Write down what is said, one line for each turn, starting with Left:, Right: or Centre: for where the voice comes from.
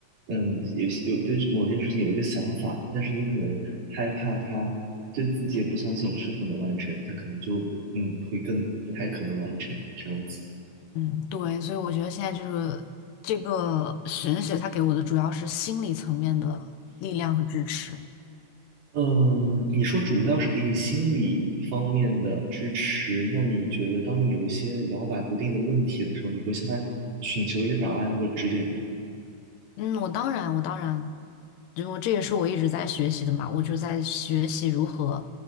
Right: 嗯，有有对某件事情有一个想法，但是你可能害怕它，对自己也不相信是否能完成，它可能就嗯会更不太可能完成这样子。
Left: 嗯，对，所以我觉得现在就是这个玄学，它给我的主要是心理层面的力量和支持。
Right: 嗯，你说主要是给你心理方面的支持，那你觉得当你有一些摇摆不定的问题的时候，你会向他寻求一些答案或指点吗？
Left: 嗯，我当然，我当然，就这也是我一直在学习的嘛，我就在学习如何